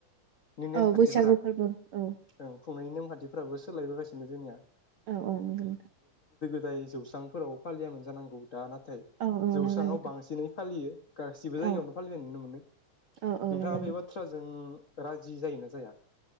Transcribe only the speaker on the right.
औ बैसागु फोरबो औ
औ-औ नंगौ नोंथां
औ औ
नंगौ नोंथां
औ
औ औ
नंगौ
नोंथां